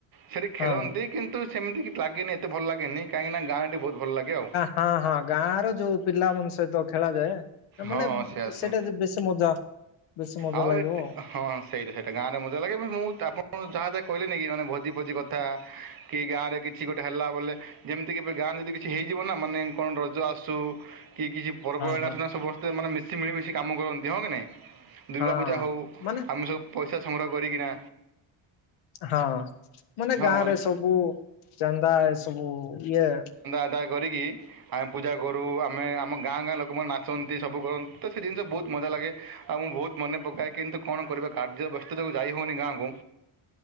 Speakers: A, on the right (about 45°); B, on the left (about 80°).
A: ସେଠି ଖେଳନ୍ତି
B: ହଁ
A: କିନ୍ତୁ ସେମିତି କିଚି ଲାଗେନି ଏତେ ଭଲ ଲାଗେନି, କାହିଁକିନା ଗାଁଟି ବହୁତ ଭଲ ଲାଗେ ଆଉ!
B: ହାଁ ହାଁ ଗାଁ ର ଯୋଉ ପିଲା ମନସ ଙ୍କ ସହିତ ଖେଳାଯାଏ ମାନେ
A: ହଁ ସେଇଆ ସେଇଆ
B: ସେଇଟା ବେଶୀ ମଜା ବେଶୀ ମଜା
A: ଆଉ
B: ଲାଗିବ।
A: ଏଠି ହଁ ସେଇଟା ସେଇଟା ଗାଁରେ ମଜା ଲାଗେ ମୁଁ ତାପରେ ଯାହା କହିଲେନି ନେଇକି ଯାଏ ଭୋଜି ଫୋଜି କଥା କି ଗାଁ ରେ କିଛି ଗୋଟେ ହେଲା ବୋଲେ ଯେମିତିକ ଏବେ ଗାଁରେ ଯଦି କିଚି ହେଇଯିବନା ମାନେ କଣ ରଜ ଆସୁ କି କିଚି ପର୍ବଏଇନା
B: ହଁ ହଁ।
A: ସିନା ସବସ୍ତ ଏମାନେ ମିଶି ମିଳିମିଶି କାମ କରନ୍ତି, ହଁ କି ନାଇ ଦୁର୍ଗା
B: ହଁ
A: ପୂଜା ହଉ
B: ମାନେ
A: ଆମେ ସବୁ ପଇସା ସଂଗ୍ରହ କରିକିନା
B: ହାଁ ମାନେ
A: ହଁ
B: ଗାଁ ରେ ସବୁ ଚାନ୍ଦା ଏ ସବୁ ଇଏ
A: ଆଦାୟ କରିକି ଆଏମେ ପୂଜା କରୁ ଆମେ ଆମ ଗାଁ ଗାଁ ଲୋକମାନେ ନାଚନ୍ତି ସବୁ କରନ୍ତି, ତ ସେ ଜିନିଷ ବହୁତ ମଜା ଲାଗେ। ଆଉ ମୁଁ ବହୁତ ମନେ ପକାଏ କିନ୍ତୁ କଣ କରିବା କାର୍ଯ୍ୟ ବ୍ୟସ୍ତରେ ଯାଇ ହଉନି ଗାଁକୁ।